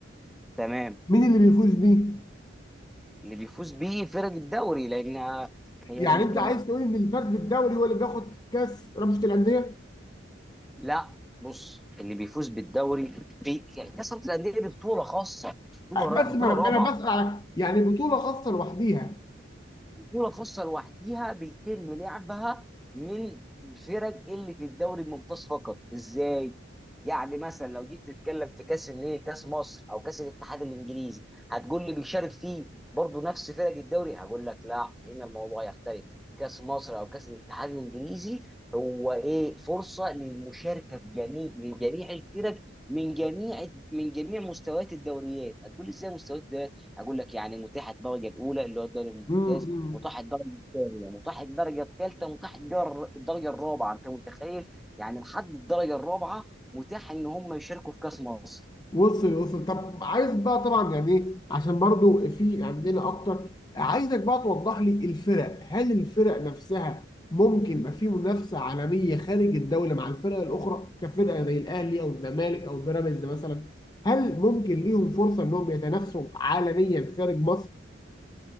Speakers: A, in the centre; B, on the left (about 20°).
A: تمام
B: مين اللي بيفوز بيه
A: اللي بيفوز بيه فرق الدوري لأن هي
B: يعني
A: بيبقى
B: انت عايز تقول ان اللي فاز بالدوري هو اللي بياخد كاس رابطه الانديه
A: لا بص اللي بيفوز بالدوري بي... يعني كسبت الانديه دي بطوله خاصه بطوله
B: بس
A: بطوله
B: ما انا
A: رابعه
B: أنا بسأل على يعني بطولة خاصة لوحديها
A: بطولة خاصة لوحديها بيتم لعبها من الفرق اللي في الدوري الممتاز فقط ازاي يعني مثلا لو جيت تتكلم في كاس الايه كاس مصر او كاس الاتحاد الانجليزي هتقول لي بيشارك فيه برضه نفس فرق الدوري هقول لك لا هنا الموضوع يختلف كاس مصر او كاس الاتحاد الانجليزي هو ايه فرصة للمشاركة في جميع من جميع الفرق من جميع من جميع مستويات الدوريات هتقول لي ازاي مستويات الدوريات هقول لك يعني متاحه الدرجه الاولى اللي هو الدوري الممتاز
B: امم
A: متاح الدرجه الثانيه يعني متاح الدرجه الثالثه متاح الجر- الدرجه الرابعه انت متخيل يعني لحد الدرجه الرابعه متاح ان هم يشاركوا في كاس مصر
B: وصل وصل طب عايز بقى طبعا يعني ايه عشان برضو في عندنا اكتر عايزك بقى توضح لي الفرق هل الفرق نفسها ممكن يبقى في منافسة عالمية خارج الدولة مع الفرق الأخرى كفرقة زي الأهلي أو الزمالك أو بيراميدز مثلا هل ممكن ليهم فرصة إنهم يتنافسوا عالميا خارج مصر